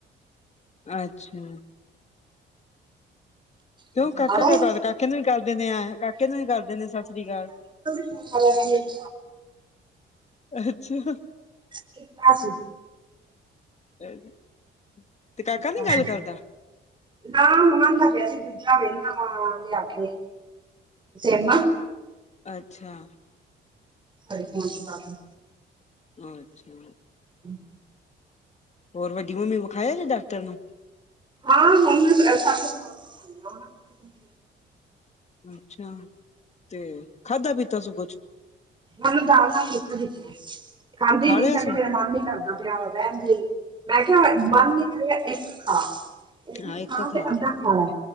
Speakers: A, on the left; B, on the right.
A: ਅੱਛਾ। ਕਿਉਂ
B: ਮੈਂ ਕਿਹਾ
A: ਕਾਕਾ
B: ਮਾੜਾ
A: ਕਾਤੋ
B: ਏ
A: ਹਸਦਾ, ਕਾਕੇ ਨੂੰ ਵੀ ਕਰ ਦੇਂਨੇ ਆ, ਕਾਕੇ ਨੂੰ ਵੀ ਕਰ ਦੇਂਨੇ ਆ, ਸਸ੍ਰੀ ਕਾਲ।
B: ਹੈਲੋ, ਜੀ।
A: ਅੱਛਾ।
B: ਕੀਤਾ ਸੀ।
A: ਏ ਜੀ, 'ਤੇ ਕਾਕਾ
B: ਕੀਤਾ
A: ਨੀ ਗੱਲ
B: ਸੀ
A: ਕਰਦਾ।
B: ਨਾ ਮੰਗਵਾਦਾ ਪੇਆ ਸੀ ਦੂਜਾ ਵੇਨਾਂ ਵਾਂ, ਲਿਆਕੇ, ਸੇਮ ਆ।
A: ਅੱਛਾ।
B: ਆਈਫੋਨ ਚ ਲਾਕੇ।
A: ਅੱਛਾ!
B: ਹੂੰ
A: ਹੋਰ, ਵੱਡੀ ਮੰਮੀ ਵਖਾਯਾ ਜੇ, ਡਾਕਟਰ ਨੂੰ?
B: ਹਾਂ, ਹੁਣ ਸ ਸੁ <unintelligible>
A: ਅੱਛਾ, ਤੇ ਖਾਧਾ-ਪੀਤਾ ਸੂ ਕੁਛ।
B: ਓਨੂੰ ਦਾਲ ਨਾਲ ਫੁਲਕਾ ਦਿੱਤਾ, ਖਾਂਦੀ
A: ਖਾ
B: ਨੀ
A: ਲਿਆ
B: ਕੇਂਦੀ
A: ਸੁ
B: ਮੇਰਾ ਮਨ ਨੀ। ਕਰਦਾ ਪਯਾ ਰਹਿਣ ਦਯੋ, ਮੈਂ ਕਯਾ ਮਨ ਨੀ ਕਰੇਗਾ ਇੱਕ ਖਾ,
A: ਹਾਂ
B: ਨੀ
A: ਇੱਕ
B: ਖਾਣਾ
A: ਖਾ,
B: ਤੇ ਅੱਧਾ ਲੈ